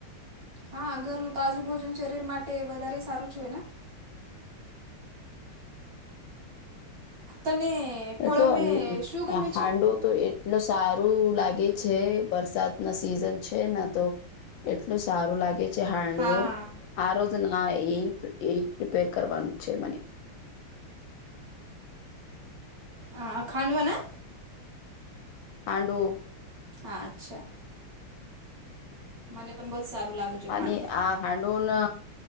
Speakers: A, on the right; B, on the left.
A: હા ઘરનું તાજું ભોજન શરીર માટે વધારે સારું જ હોય ને. તને ફળો
B: એટલો
A: મેં શું
B: અ
A: ગમે
B: હાંડવો
A: છે.
B: તો એટલ સારું લાગે છે વરસાદ ના સિઝન છે ને તો એટલું સારું લાગે છે હાંડવો
A: હા
B: આ રોજ ના એ એ પ્રિપેર કરવાનું છે મને.
A: હ ખાંડવાને.
B: હાંડુ.
A: હા અચ્છા <unintelligible> મને પણ બહુ જ સારું લાગે. છે
B: અને
A: ખાંડવું.
B: આ હાંડવનો